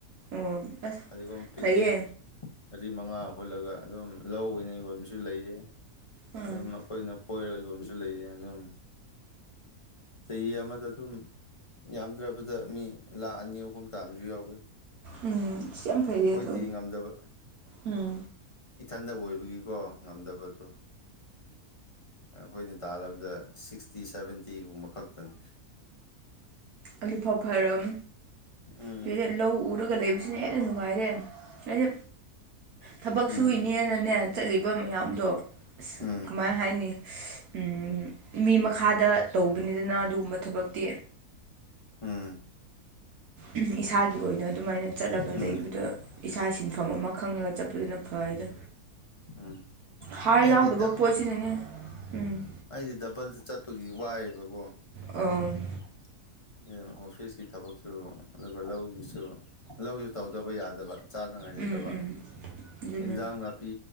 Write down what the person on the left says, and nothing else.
ꯄꯒꯝ ꯄꯀꯦꯠ
ꯃꯔꯤ ꯃꯉꯥ ꯍꯨꯜꯂꯒ ꯑꯗꯨꯝ ꯂꯧ ꯑꯣꯏꯅꯩ ꯌꯣꯟꯕꯁꯨ ꯂꯩꯌꯦ
ꯑꯗꯨꯝ ꯑꯩꯈꯣꯏꯅ ꯐꯣꯏꯔꯒ ꯌꯣꯟꯕꯁꯨ ꯂꯩꯌꯦ ꯑꯗꯨꯝ ꯆꯍꯤ ꯑꯃꯗ ꯑꯗꯨꯝ ꯌꯥꯝꯗ꯭ꯔꯕꯗ ꯃꯤ ꯂꯥꯛ ꯑꯅꯤ ꯑꯍꯨꯝ ꯇꯥꯕꯁꯨ ꯌꯥꯎꯋꯤ
ꯑꯩꯈꯣꯏꯗꯤ
ꯉꯝꯗꯕ
ꯏꯊꯟꯇ ꯑꯣꯏꯕꯒꯤꯀꯣ ꯉꯝꯗꯕꯗꯨ ꯑꯩꯈꯣꯏꯅ ꯇꯥꯟꯂꯕꯗ ꯁꯤꯛꯁꯇꯤ ꯁꯚꯦꯟꯇꯤꯒꯨꯝꯕ ꯈꯛꯇꯅꯤ
ꯎꯝ
ꯎꯝ
ꯎꯝ
ꯎꯝ
ꯎꯝ
ꯎꯝ
ꯑꯩꯗꯤ
ꯗꯞ
ꯑꯩꯗꯤ ꯗꯕꯜꯗ ꯆꯠꯄꯒꯤ ꯋꯥꯏꯑꯦꯕꯀꯣ
<unintelligible> ꯑꯣꯐꯤꯁꯀꯤ ꯊꯕꯛꯁꯨ ꯑꯗꯨꯒ ꯂꯧꯒꯤꯁꯨ ꯂꯧꯁꯨ ꯇꯧꯗꯕ ꯌꯥꯗꯕ ꯆꯥꯅꯉꯥꯏ ꯂꯩꯇꯕ
ꯏꯟꯁꯥꯡ ꯅꯥꯄꯤ